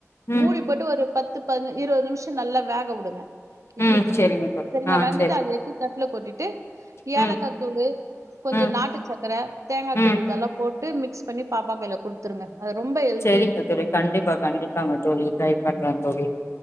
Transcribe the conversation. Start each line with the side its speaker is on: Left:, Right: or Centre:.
Left: ம்
Right: மூடிப் போட்டு ஒரு பத்து பதின இருவது நிம்ஷோ நல்லா வேக உடுங்க இட்லி
Left: ம்
Right: துணில
Left: செரிங்க தோழி
Right: செரிங்க
Left: ஆ
Right: வந்துட்டு
Left: செரி
Right: அது <unintelligible> ல்ல கொட்டிட் டு
Left: ம்
Right: ஏலக்காத்தூளு கொஞ்சோ
Left: ம்
Right: நாட்டு சக்கர தேங்கா
Left: ம்
Right: துருதெல்லா போட் ட்டு மிக்ஸ் பண்ணி பாப்பா கைல குடுத்துருங்க அது ரொம்ப ஹெல்தி.
Left: சேரிங்க தோழி கண்டிப்பா கண்டிப்பாங்க தோழி ட்ரை பண் ன்றே தோழி